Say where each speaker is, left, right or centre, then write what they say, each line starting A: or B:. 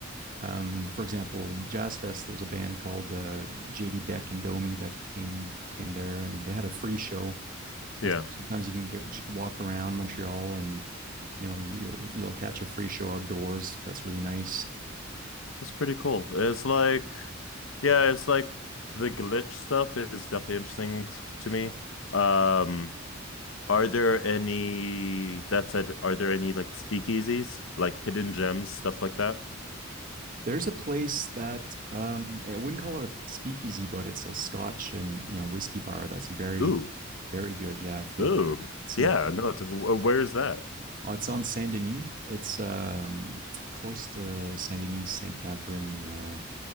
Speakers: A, on the right (about 45°); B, on the left (about 75°).
A: Um, for example, Jazz Fest, there's a band called uh, JD Beck and Domi that came came there, and they had a free show.
B: yeah,
A: And sometimes you can get, just walk around Montreal, and you know you'll you'll catch a free show outdoors. That's really nice.
B: that's pretty cool. It's like, yeah, it's like the glitch stuff is definitely interesting to me. Um, are there any that said, are there any like speakeasies, like hidden gems, stuff like that?
A: There's a place that um, I wouldn't call it a speakeasy, but it's a Scotch and you know whiskey bar that's very
B: Ooh,
A: very good. Yeah, if you
B: ooh,
A: Saint,
B: yeah, no, t- wh- where is that?
A: oh, it's on Saint Denis. It's um, close to Saint Denis, Saint Catherine. Uh,